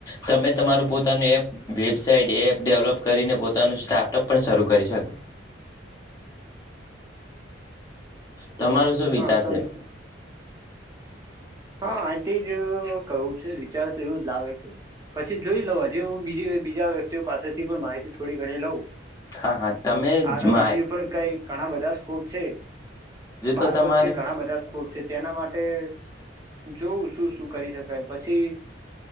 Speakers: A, on the left (about 20°); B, on the right (about 20°).
A: તમે તમારું પોતાનું એપ વેબસાાઈટ એપ ડેવલોપ કરીને પોતાનું સ્ટાર્ટઅપ પણ શરૂ કરી શકો. તમારું શું વિચાર
B: હા સમજુ
A: છે?
B: હા એથી જ કરવું છે વિચાર તો એવું જ લાગે છે, પછી જોઈ લઉ હજી હુ બીજી બીજા વ્યક્તિઓ પાસેથી પણ માહિતી થોડી ઘણી લઉં
A: હા હા તમે
B: આગળ
A: મા
B: બીજી પણ કઈ ઘણા બધા સ્કોપ છે. બાર
A: તો તમારે
B: પછી ઘણા બધા સ્કોપ છે તેના મા હ. જોવું શું શું કરી શકાય પછી.